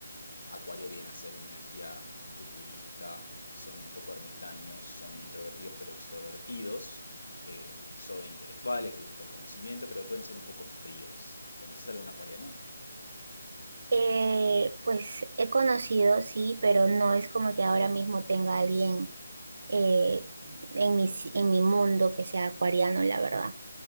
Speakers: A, on the left; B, on the right.
A: Acuario viene a ser una energía futurista, son un poco ermitaños, son introvertidos pero extrovertidos, eh, son intelectuales, les gusta el conocimiento, pero pueden ser un poco fríos. ¿Conoces algún acuariano?
B: Eh, pues he conocido, sí, pero no es como que ahora mismo tenga alguien eh,
A: Mm.
B: en mi, en mi mundo que sea acuariano, la verdad.